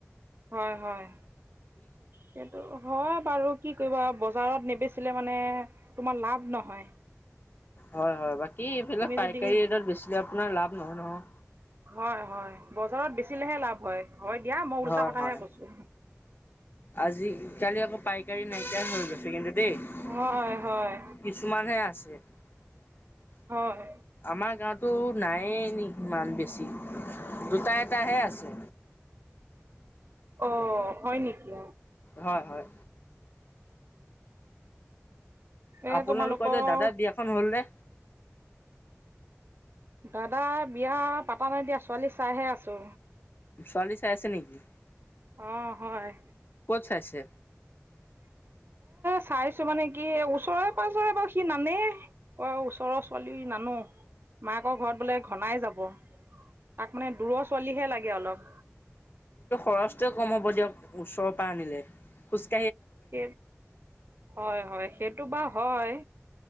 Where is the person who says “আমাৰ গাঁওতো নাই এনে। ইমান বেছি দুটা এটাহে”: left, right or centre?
Left